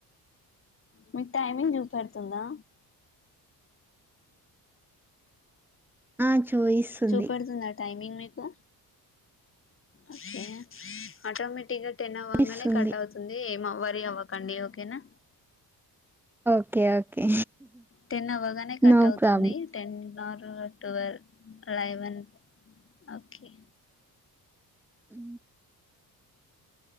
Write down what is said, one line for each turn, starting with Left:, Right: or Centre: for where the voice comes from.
Left: మీకు టైమింగ్ చూపెడుతుందా
Centre: ఆ చూయిస్తుంది
Left: చూపెడుతుందా టైమింగ్ మీకు ఓకే ఆటోటిక్ గా టెన్ అవ్వంగానే
Centre: చూపిస్తుంది
Left: కట్ అవుతుంది ఏం వర్రీ అవ్వకండి ఓకేనా.
Centre: ఓకే ఓకే
Left: టెన్ అవ్వగానే కట్
Centre: నో
Left: అవుతుంది
Centre: ప్రాబ్లం
Left: టెన్ అర్ వర్ ట్యూవల్ లెవన్ ఓకే
Centre: ఉ